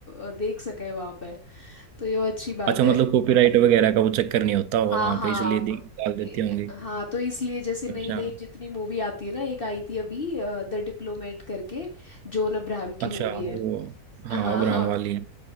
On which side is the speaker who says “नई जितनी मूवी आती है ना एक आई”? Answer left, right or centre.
Left